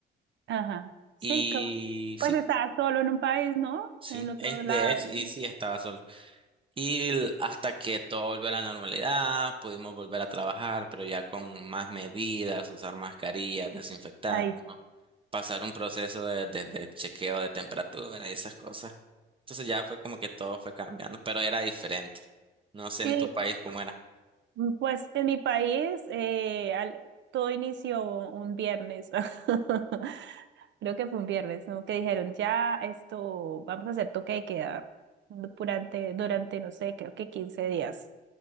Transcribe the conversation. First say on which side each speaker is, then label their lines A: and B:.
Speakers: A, on the right (about 65°); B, on the right (about 25°).
A: Ajá. Sí,
B: Y
A: como, pues
B: sí,
A: estabas solo en un país, ¿no?
B: sí,
A: En otro
B: es
A: lado.
B: de hecho, y sí, estaba solo. Y l- hasta que todo volvió a la normalidad, pudimos volver a trabajar, pero ya con más medidas, usar mascarillas, desinfectarnos.
A: Ahí
B: pasar un proceso de, de- de chequeo de temperatura y esas cosas. Entonces ya fue como que todo fue cambiando, pero era diferente. No sé
A: está.
B: en tu país cómo era.
A: Mm, Pues en mi país eh, al- todo inició un viernes. <laughs> Creo que fue un viernes, ¿no? Que dijeron, ya esto, vamos a hacer toque de queda durante, durante, no sé, creo que 15 días.